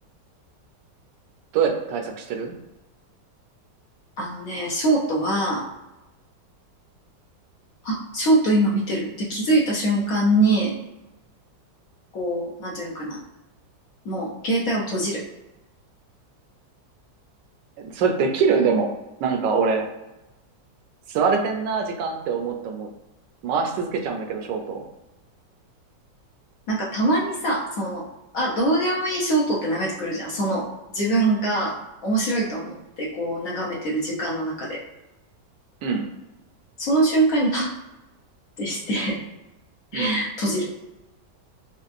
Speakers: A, on the right; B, on the left.
A: どうやって対策してる
B: あのね、ショートは、あ、ショート今見てるって気づいた瞬間に、こう、なんていうのかな。もう携帯を閉じる。
A: それできるでも、なんか俺、吸われてんな、時間って思っても、回し続けちゃうんだけど、ショート。
B: なんかたまにさ、その、あ、どうでもいいショートって流れてくるじゃん。その、自分が面白いと思ってこう眺めてる時間の中で。
A: うん。
B: その瞬間に、はっってして <laughs>
A: うん。
B: 閉じる。